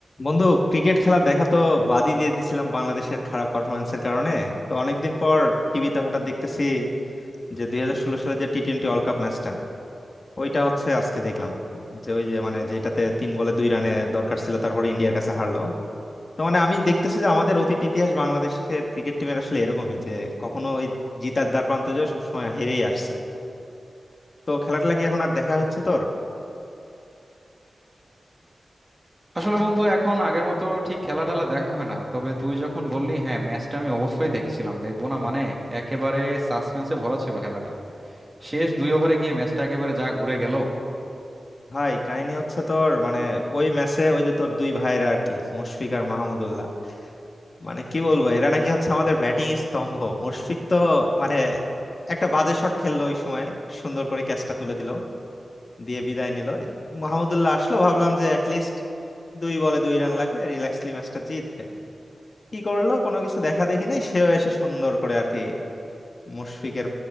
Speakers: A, on the left (about 45°); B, on the right (about 20°).
A: বন্ধু ক্রিকেট খেলা দেখা তো বাদই দিয়ে দিছিলাম বাংলাদেশের খারাপ পারফরমেন্সের কারণে তো অনেকদিন পর টিভিতে হঠাৎ দেখতেছি যে দুই হাজার ষোলো সালে যে টি টোয়েন্টি ওয়ার্ল্ড কাপ ম্যাচটা ওইটা হচ্ছে আজকে দেখলাম যে ওই যে মানে যেটাতে তিন বলে দুই রানে দরকার ছিল তারপর ইন্ডিয়ার কাছে হারলো তো মানে আমি দেখতেছি যে আমাদের অতীত ইতিহাস বাংলাদেশের ক্রিকেট টিমের আসলে এরকমই যে কখনো ওই জিতার দ্বার প্রান্তে যায় সবসময় হেরেই আসছে তো খেলাটা কি এখন আর দেখা হচ্ছে তোর
B: আসলে বন্ধু এখন আগের মতো ঠিক খেলা টেলা দেখা হয় না তবে তুই যখন বললি হ্যাঁ ম্যাচটা আমি অবশ্যই দেখেছিলাম দেখবো না মানে একেবারে সাসপেন্সে ভরা ছিল খেলাটা শেষ দুই ওভারে গিয়ে ম্যাচটা একেবারে যা ঘুরে গেল
A: ভাই কাহিনী হচ্ছে তোর মানে ওই ম্যাচে ওই যে তোর দুই ভাইরা আর কি মুশফিক আর মাহমুদুল্লাহ মানে কি বলবো এরা নাকি হচ্ছে আমাদের ব্যাটিং স্তম্ভ মুশফিক তো মানে একটা বাজে শট খেললো ওই সময় সুন্দর করে ক্যাচটা তুলে দিল দিয়ে বিদায় নিল এই মাহমুদুল্লাহ আসলো ভাবলাম যে অ্যাটলিস্ট দুই বলে দুই রান লাগবে রিল্যাক্সলি ম্যাচটা জিতবে কি করলো কোনো কিছু দেখা দেখি নেই সেও এসে সুন্দর করে আর কি মুশফিকের